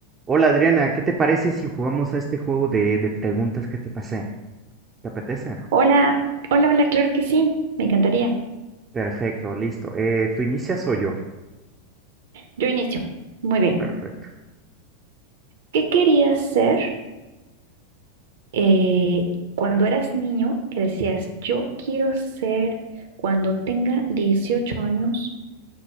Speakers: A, on the right (about 25°); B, on the right (about 60°).
A: Hola Adriana, ¿qué te parece si jugamos a este juego de, de preguntas que te pasé? ¿Te apetece?
B: Hola, hola, hola, claro que sí, me encantaría.
A: Perfecto, listo. Eh, ¿tú inicias o yo?
B: Yo inicio. Muy bien.
A: Perfecto.
B: ¿Qué querías ser eh, cuando eras niño? Que decías, yo quiero ser, cuando tenga 18 años,